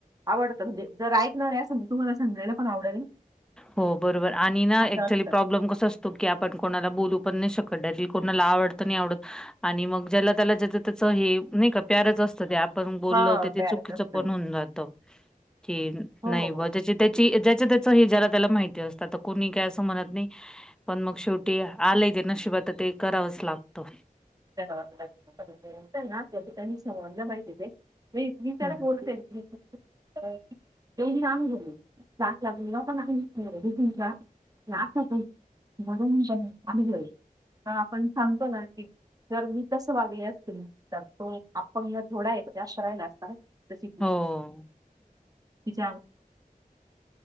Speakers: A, on the right; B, in the centre.
A: आवडतं म्हणजे जर ऐकणार असेल तर ते तुम्हाला समजायला पण आवडेल
B: हो बरोबर, आणि ना
A: असं
B: एकचुली
A: असतं
B: प्रॉब्लेम कसा अस तो की आपण कोणाला बोलू पण नाही शकतेय,, ते कोणाला आवडतं नाही आवडत आणि मग ज्याला त्याला ज्याच त्याच हे नाही का प्यारच असतं ते, आप पण बोललो
A: हा
B: की ते
A: पॅरट
B: चुकीच
A: असतं
B: पण होऊन जातं, की
A: हो
B: नाही
A: हो.
B: बुवा ज्याची त्याची ज्याच त्याच त्याला माहित असतं,, आता कोणी काय असं म्हणत नाही, पण मग शेवटी आलेय ते नशिबात तर ते करावंच लागतं.
A: <unintelligible> <inaudible>
B: हं
A: <unintelligible> <unintelligible> <unintelligible> म्हंणून <unintelligible> <inaudible> आम्ही घरू तर आपण सांगतो ना की जर मी तसं वागले असते, तर तो अपंग थोडा आहे ततर जास्त राहिला असता ना. <unintelligible> की
B: हो
A: या